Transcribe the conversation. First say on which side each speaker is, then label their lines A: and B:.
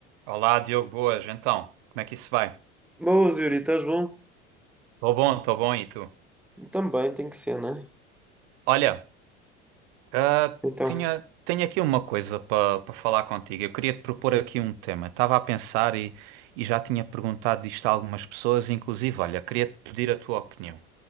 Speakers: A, on the right; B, in the centre.
A: Olá, Diogo, boas. Então, como é que isso vai?
B: Boas, Yuri, estás bom?
A: Tô bom, tô bom, e tu?
B: Também tem que ser, não é?
A: Olha, ah,
B: Então,
A: tinha, tenho aqui uma coisa para para falar contigo. Eu queria te propor aqui um tema. Estava a pensar e, e já tinha perguntado isto a algumas pessoas, inclusive, olha, queria te pedir a tua opinião.